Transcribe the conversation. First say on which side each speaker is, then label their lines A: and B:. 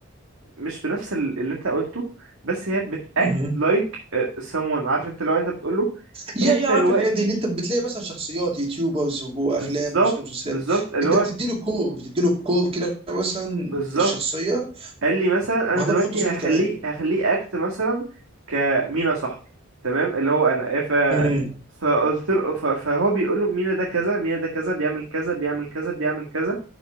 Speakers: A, on the right; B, on the right.
A: مش بنفس ال- اللي انت قلته بس هي بتاكت
B: مهم.
A: لايك someone عارف انت لو انت بتقول له
B: يا
A: انت
B: يا عارف
A: دلوقتي
B: الحاجات دي اللي انت بتلاقي مثلا شخصيات يوتيوبرز وافلام
A: بالظبط
B: ومسلسلات
A: بالظبط اللي
B: انت
A: هو
B: بتدي له كور بتدي له كور كده مثلا
A: بالظبط
B: الشخصيه
A: قال لي مثلا
B: وبعدها
A: انا دلوقتي
B: بحط صوت
A: هخليه
B: كمان
A: هخليه اكت مثلا كمينا صاحبي تمام اللي هو انا ف
B: امم
A: فقلت له ف... فهو بيقول له مينا ده كذا مينا ده كذا بيعمل كذا بيعمل كذا بيعمل كذا